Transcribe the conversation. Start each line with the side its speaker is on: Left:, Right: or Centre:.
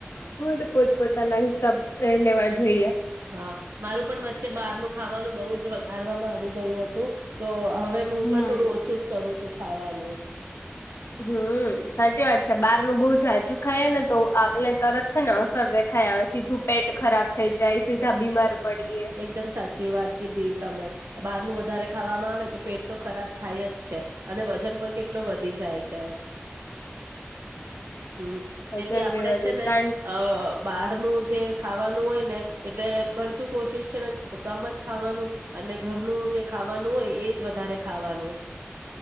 Left: પૂર પોતપોતાના હિસાબ લેવા જોઈએ.
Right: હા મારું પણ વચ્ચે બહારનું ખાવાનું બહુ જ વધારવામાં આવી ગયું હતું તો હવે હું
Left: હમ
Right: પણ થોડું ઓછું જ કરું છું. ખાવાનું.
Left: હમ સાચી વાત છે બહાર ન બહુ જાાજુ ખાય ને તો આપને તરત છે ને અસર દેખાય આવે સીધું પેટ ખરાબ થઈ જાય સીધા બીમાર પડીએ
Right: એકદમ સાચી વાત કીધી તમે. બહારનું વધારે ખાવામાં આવે તો પેટ તો ખરાબ થાય જ છે અને વજન પણ કેટલો વધી જાય છે. હમ
Left: વજન
Right: તેથી આપડે
Left: બે વધી
Right: છે ને
Left: કારણ
Right: અ બાર જે ખાવાનું હોય ને એટલે બનતું. કોશિશ છે ને કામ જ ખાવાનું અને ઘરનું જે ખાવાનું હોય એ જ વધારે ખાવાનું